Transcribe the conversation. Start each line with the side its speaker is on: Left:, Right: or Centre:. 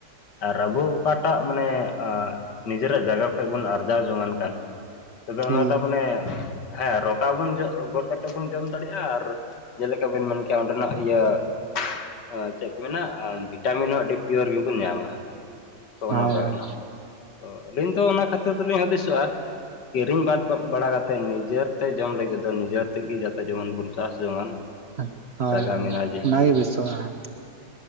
Left: ᱟᱨ ᱟᱵᱚ ᱚᱠᱟᱴᱟᱜ ᱢᱟᱱᱮ ᱟᱜ ᱱᱤᱡᱮᱨᱟᱜ ᱡᱟᱭᱜᱟ ᱠᱷᱚᱡ ᱵᱚᱱ ᱟᱨᱡᱟᱣ ᱡᱚᱝᱟᱱ ᱠᱟᱱ᱾ ᱛᱚᱵᱮ
Right: ᱦᱳᱭ
Left: ᱚᱱᱟ ᱫᱚ ᱢᱟᱱᱮ ᱦᱮᱸ ᱨᱚᱠᱟ ᱵᱚᱱ ᱡᱚᱜ ᱜᱚᱫ ᱠᱟᱛᱮᱜ ᱵᱚᱱ ᱡᱚᱢ ᱫᱟᱲᱮᱭᱟᱜ ᱟᱨ ᱡᱮᱞᱮᱠᱟ ᱵᱮᱱ ᱢᱮᱱ ᱠᱮᱭᱟ ᱚᱸᱰᱮᱱᱟᱜ ᱤᱭᱟᱹ ᱟ ᱪᱮᱫ ᱠᱚ ᱢᱮᱱᱟ ᱟ ᱵᱷᱤᱴᱟᱢᱤᱱ ᱦᱚᱸ ᱟᱹᱰᱤ ᱯᱤᱭᱳᱨ ᱜᱮᱵᱤᱱ ᱧᱟᱢᱟ᱾ ᱛᱚ ᱚᱱᱮ
Right: ᱦᱳᱭ
Left: ᱚᱱᱠᱟ
Right: ᱦᱳᱭ
Left: ᱠᱟᱱᱟ᱾ ᱛᱚ ᱟᱹᱞᱤᱧ ᱫᱚ ᱚᱱᱟ ᱠᱷᱟᱹᱛᱤᱨ ᱛᱮᱞᱤᱧ ᱦᱩᱫᱤᱥᱚᱜᱼᱟ ᱠᱤᱨᱤᱧ ᱵᱟᱫ ᱠᱚ ᱵᱟᱲᱟ ᱠᱟᱛᱮ ᱱᱤᱡᱮᱨᱛᱮ ᱡᱚᱢ ᱞᱟᱹᱜᱤᱫ ᱫᱚ ᱱᱤᱡᱮᱨ ᱛᱮᱜᱮ ᱡᱟᱛᱮ ᱡᱮᱢᱚᱱ ᱵᱚᱱ ᱪᱟᱥ ᱡᱚᱝᱟᱱ᱾
Right: ᱦᱳᱭ ᱦᱳᱭ
Left: ᱡᱟᱭᱜᱟ ᱢᱮᱱᱟᱜᱼᱟ ᱡᱮᱦᱮᱛᱩ
Right: ᱚᱱᱟᱜᱮ ᱵᱮᱥᱚᱜᱼᱟ ᱦᱟᱸ᱾